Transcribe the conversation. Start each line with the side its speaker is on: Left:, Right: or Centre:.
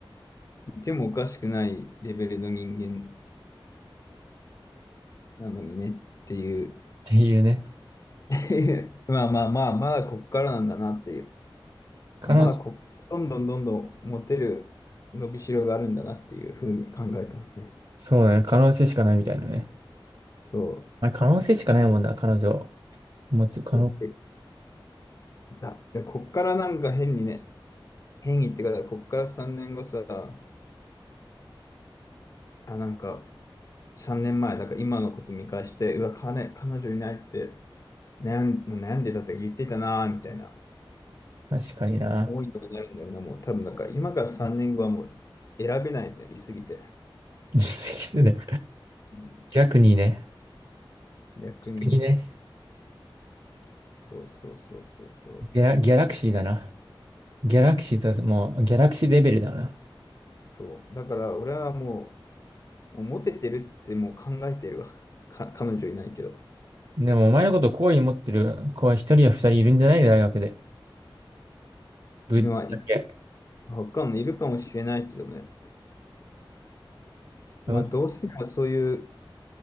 Left: いてもおかしくないレベルの人間なのにねっていう、
Right: ていうね。
Left: <laughs> っていうまあまあまあ、まだこっからなんだなっていう、
Right: 可能、
Left: まだこ、どんどんどんどんモテる伸びしろがあるんだなっていうふうに考えてますね。
Right: そうだね。可能性しかないみたいなね。
Left: そう、
Right: まあ、可能性しかないもんな、彼女。持つ可能、
Left: そう。でだ、でこっからなんか変にね、変にってか、こっから3年後さ、あ、なんか、3年前、だから今のこと見返して、うわ、彼、彼女いないって悩ん、悩んでたって言ってたなーみたいな
Right: 確かにな。
Left: 思いになるんだよね。もう多分、だから今から3年後はもう選べないね、いすぎて。
Right: 言い過ぎてね。
Left: うん
Right: 逆にね。
Left: 逆に、
Right: 逆にね。
Left: そうそうそうそうそう。
Right: ギャラ、ギャラクシーだな。ギャラクシーと、もう、ギャラクシーレベルだな。
Left: そう。だから俺はもう、もうモテてるってもう考えてるわ。か、彼女いないけど。
Right: でも、お前のこと好意に持ってる子は一人や二人いるんじゃない大学で。ぶっちゃけ。
Left: にはい、他のいるかもしれないけどね。まあどうせならそういう、
Right: そう